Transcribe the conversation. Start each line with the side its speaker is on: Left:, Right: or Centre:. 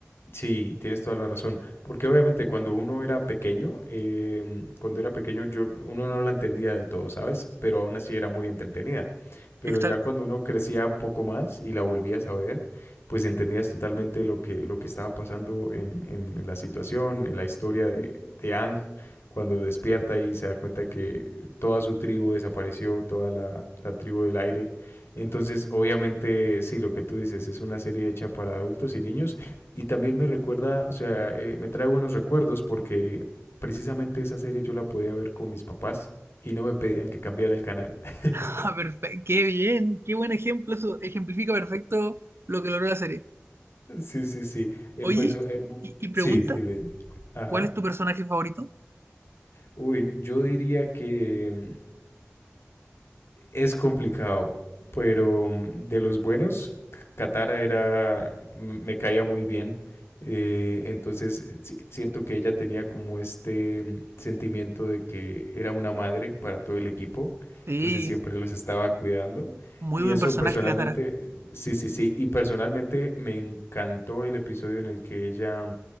Left: Sí, tienes toda la razón. Porque obviamente cuando uno era pequeño, em, cuando era pequeño yo uno no la entendía del todo, ¿sabes? Pero aún así era muy entretenida. Pero
Right: Exacto.
Left: ya cuando
Right: <laughs>
Left: uno crecía un poco más y la volvías a ver, pues entendías totalmente lo que, lo que estaba pasando en, en- en la situación, en la historia de, de Aang, cuando despierta y se da cuenta que toda su tribu desapareció, toda la, la tribu del aire. Entonces, obviamente, sí, lo que tú dices es una serie hecha para adultos y niños y también me recuerda, o sea, eh, me trae buenos recuerdos porque precisamente esa serie yo la podía ver con mis papás y no me pedían que cambiara el canal. <laughs>
Right: Ah, perfe- Qué bien, qué buen ejemplo, eso ejemplifica perfecto lo que logró la serie.
Left: Sí, sí, sí. En
Right: Oye,
Left: perso eh, bu-
Right: y y pregunta,
Left: sí, dime, dime. Ajá.
Right: ¿cuál es tu personaje favorito?
Left: Uy, yo diría que Es complicado, pero mm, de los buenos, Katara era, me caía muy bien. Eh, entonces eh, si- siento que ella tenía como este mm, sentimiento de que era una madre para todo el equipo,
Right: Sí,
Left: entonces siempre los estaba cuidando.
Right: muy
Left: Y
Right: buen
Left: eso
Right: personaje,
Left: personalmente,
Right: Katara.
Left: sí, sí, sí, y personalmente me encantó el episodio en el que ella